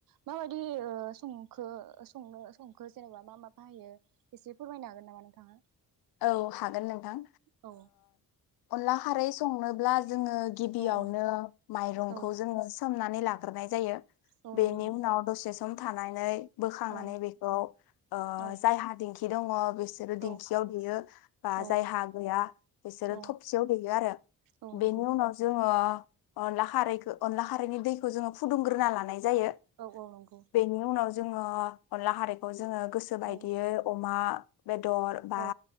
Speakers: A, on the right (about 65°); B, on the left (about 75°).
A: माबायदि ओ संखो सनो संखो जेनेबा मा मा बाहायो एसे फोरमायनो हागोन गोन नोंथाङा।
B: औ हागोन नोंथां
A: औ
B: अनला खारै संनो ब्ला जोङो गिबियावनो
A: औ औ
B: माइरंखौ
A: औ
B: जोङो सोमनानै लाग्रोनाय जायो।
A: औ
B: बेनि
A: नंगौ नंगौ
B: उनाव दसे सम थानानै बोखांनानै
A: औ
B: बेखौ ओ
A: औ
B: जायहा दिंखि दङ बेस सोरो दिंखि
A: औ
B: <unintelligible> बा
A: औ
B: जायहा गैया बिसोरो
A: औ
B: थबसियाव देयो आरो
A: औ
B: बेनि
A: नंगौ
B: उनाव जों अ अनला खारैखो अनला हायैनि दैखौ जोङो फुदुंग्रोना लानाय जायो
A: औ औ नंगौ
B: बेनि उनाव जोङो अनला खारैखौ जोङो गोसो बायदियै
A: औ
B: अमा बेदर बा
A: औ